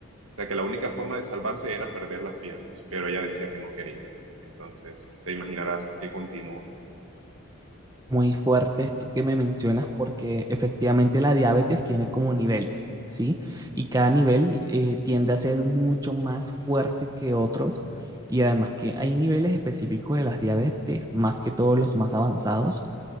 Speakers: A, on the right; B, on the right.
A: o sea que la única forma de salvarse era perder las piernas, pero ella decía que no quería. Entonces, te imaginarás que continúa.
B: Muy fuerte esto que me mencionas porque efectivamente la diabetes tiene como niveles, ¿sí? Y cada nivel eh, tiende a ser mucho más fuerte que otros y además que hay niveles específicos de las diabetes, más que todos los más avanzados,